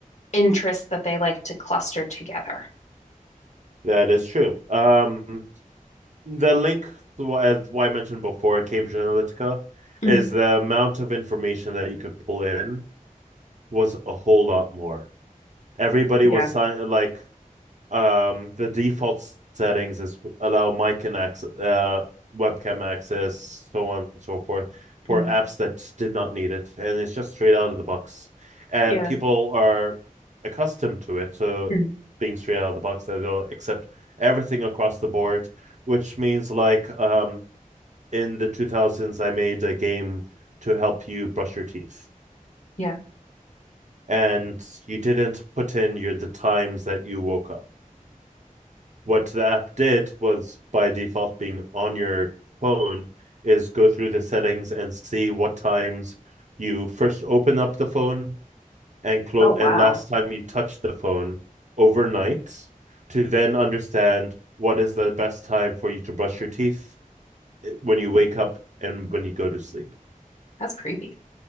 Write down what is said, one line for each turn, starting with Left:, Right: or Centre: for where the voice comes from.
Left: interests that they like to cluster together.
Right: that is true. Um, The link, as why I mentioned before, Cambridge Analytica, is
Left: Mm,
Right: the amount of information that you could pull in was a whole lot more. Everybody
Left: Yeah.
Right: was sign like um the default settings is allow mic and access, uh, webcam access, so on and so forth, for
Left: mm,
Right: apps that did not need it, and it's just straight out of the box, and
Left: Yeah.
Right: people are accustomed to it, so
Left: mm.
Right: being straight out of the box, that they'll accept everything across the board, which means like um in the 2000s, I made a game to help you brush your teeth.
Left: Yeah,
Right: And you didn't put in your the times that you woke up. What the app did was by default being on your phone is go through the settings and see what times you first open up the phone and close
Left: Oh, wow.
Right: and last time you touch the phone overnight to then understand what is the best time for you to brush your teeth eh, when you wake up and when you go to sleep.
Left: that's creepy.